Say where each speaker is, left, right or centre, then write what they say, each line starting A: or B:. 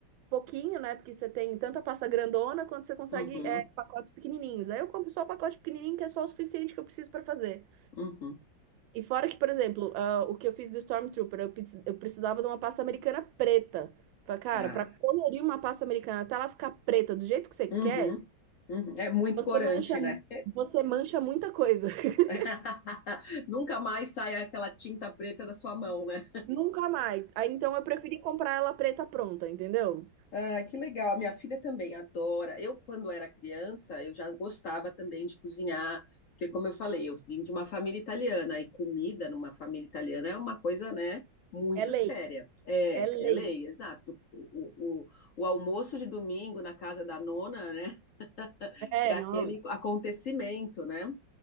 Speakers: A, on the right; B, on the left.
A: pouquinho, né? Porque você tem tanta pasta grandona quanto você consegue
B: Uhum,
A: é, pacotes pequenininhos. Aí eu compro só o pacote pequenininho, que é só o suficiente que eu preciso para fazer.
B: uhum.
A: E fora que, por exemplo, ah, o que eu fiz do Stormtrooper, eu, precis- eu precisava de uma pasta americana preta. Falei, Cara,
B: Ah,
A: para colorir uma pasta americana até ela ficar preta do jeito que você quer.
B: uhum, uhum. É muito
A: Você
B: corante,
A: mancha,
B: né?
A: você mancha muita coisa. <laughs>
B: <laughs> Nunca mais sai aquela tinta preta da sua mão, né?
A: Nunca mais. Aí então eu preferi comprar ela preta pronta, entendeu?
B: Ah, que legal. A minha filha também adora. Eu, quando era criança, eu já gostava também de cozinhar, porque, como eu falei, eu vim de uma família italiana e comida numa família italiana é uma coisa, né, muito
A: É lei,
B: séria. É,
A: é lei.
B: é lei, exato. O, o, o almoço de domingo na casa da nona, né, <laughs> é
A: É,
B: aquele
A: não.
B: acontecimento, né?